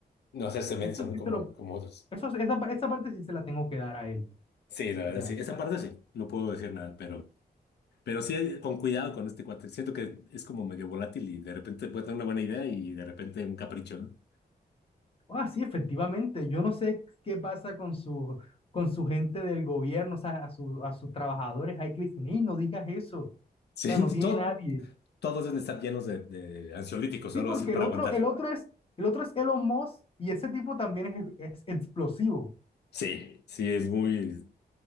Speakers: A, on the left; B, on the left.
A: No hacerse menso,
B: Eso
A: ¿no?
B: sí
A: Como,
B: se lo,
A: como otros.
B: eso, esa, pa- esa parte sí se la tengo que dar a él.
A: Sí, la verdad,
B: Ya.
A: sí. Esa parte sí, no puedo decir nada, pero Pero sí, hay- con cuidado con este cuate. Siento que es como medio volátil y de repente puede tener una buena idea y de repente un capricho, ¿no?
B: Ah, sí, efectivamente. Yo no sé qué pasa con su, con su gente del gobierno, o sea, a, su, a sus trabajadores. Ay, Cristina, no digas eso. O
A: Sí,
B: sea,
A: <laughs>
B: no tiene
A: todo,
B: nadie.
A: todos deben estar llenos de, de ansiolíticos
B: Sí,
A: o algo
B: porque
A: así para
B: el otro,
A: aguantar.
B: el otro es, el otro es Elon Musk y ese tipo también es, es explosivo.
A: Sí, Sí, es muy...